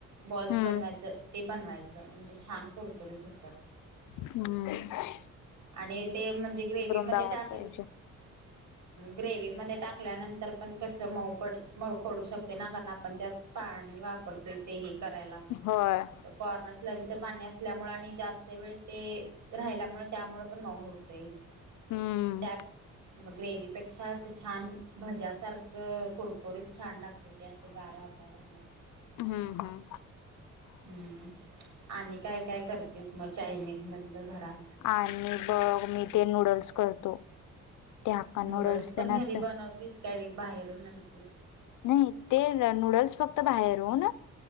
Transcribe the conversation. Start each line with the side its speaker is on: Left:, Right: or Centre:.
Right: बॉल्स
Left: हम्म
Right: बनवायच ते बनवायच म्हणजे छान कुरकुरीत होतात.
Left: हम्म.
Right: आणि ते म्हणजे ग्रेवीमध्ये
Left: बघायला
Right: टाकल
Left: पाहिजे.
Right: ग्रेवी मदे टाकल्यानंतर पण कसमऊ पड मऊ पडू शकते ना कारण आपण त्यात पाणी वापरतोय ते हे करायाला,
Left: होय
Right: कॉर्नस्लरी च पाणी असल्यामुळे आणि जास्त वेळ ते राहिल्यामुळे त्यामुळे पण न होतय.
Left: हम्म
Right: त्या मग ग्रेवपेक्षा असं छान भज्यासारखं. कुरकुरीत छान लागते ते असं गार वातावरणात.
Left: हम्म हम्म
Right: हम्म आणि काय काय करतेस मग चायनीज मधल घरात.
Left: आणि बघ मी ते नूडल्स करतो. ते हाक्का
Right: नूडल्स पण
Left: ते नसत
Right: घरी बनवतीस का बाहेरून आणतीस.
Left: नाही ते नूडल्स फक्त बाहेरून